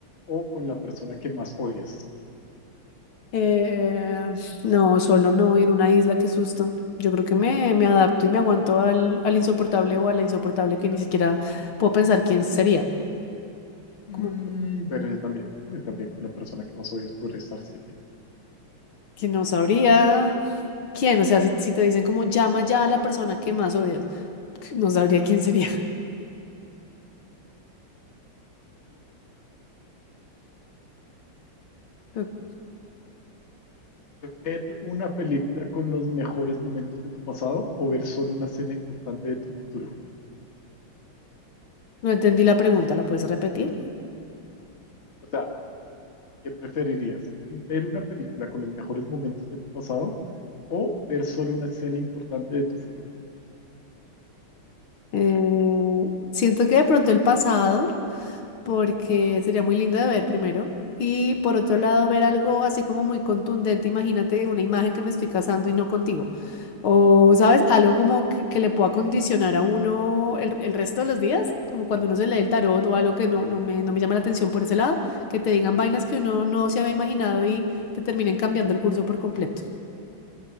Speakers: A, on the left; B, on the left.
A: o con la persona que más odias?
B: Eh, no, solo no, y en una isla, qué susto. Yo creo que me, me adapto y me aguanto al, al insoportable o a la insoportable que ni siquiera puedo pensar quién sería.
A: Mm,
B: Como
A: pero yo también, yo también con la persona que más odias podría estar, sí.
B: que no sabría quién. O sea, si, si te dicen como llama ya a la persona que más odias, <laughs> no sabría quién sería. <laughs>
A: ver una película con los mejores momentos de tu pasado o ver solo una escena importante de tu futuro?
B: No, no entendí la pregunta, ¿la puedes repetir?
A: O sea, ¿qué preferirías? ¿Ver una película con los mejores momentos de tu pasado o ver solo una escena importante de tu futuro?
B: Eh, siento que de pronto el pasado, porque sería muy lindo de ver primero. Y por otro lado, ver algo así como muy contundente. Imagínate una imagen que me estoy casando y no contigo. O, ¿sabes? Algo como que, que le pueda condicionar a uno el, el resto de los días. Como cuando uno se lee el tarot o algo que no, no me, no me llama la atención por ese lado. Que te digan vainas que uno no se había imaginado y te terminen cambiando el curso por completo.